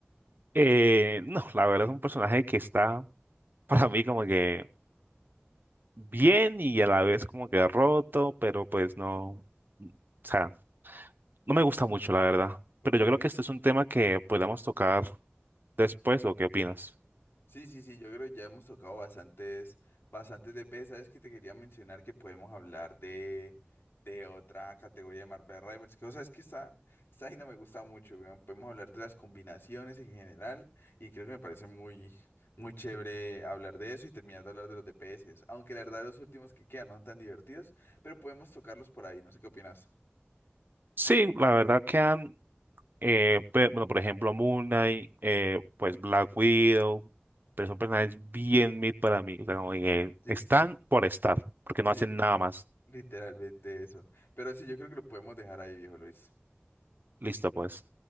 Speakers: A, on the right; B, on the left.
A: Eh, no, la verdad es un personaje que está para mí como que bien y a la vez como que roto, pero pues no, o sea, no me gusta mucho la verdad.
B: Ok,
A: Pero yo creo que este es un tema que podamos tocar después, ¿o qué opinas?
B: Sí, sí, sí, yo creo que ya hemos tocado bastantes, bastantes de pez. Sabes que te quería mencionar que podemos hablar de, de otra categoría de Marvel Rivals, que o sea, es que esta, esta vaina me gusta mucho, weón. Podemos hablar de las combinaciones en general y creo que me parece muy, muy chévere hablar de eso y terminar de hablar de los DPS, aunque la verdad los últimos que quedan no son tan divertidos, pero podemos tocarlos por ahí, no sé qué opinas.
A: Sí, la verdad quedan, eh, pe- bueno, por ejemplo, Moon Knight, eh, pues Black Widow, pero son personajes bien mid para mí, o sea, como que
B: Sí,
A: están
B: sí,
A: por estar, porque
B: sí,
A: no hacen nada más.
B: literalmente eso. Pero sí, yo creo que lo podemos dejar ahí, viejo Luis.
A: Listo, pues.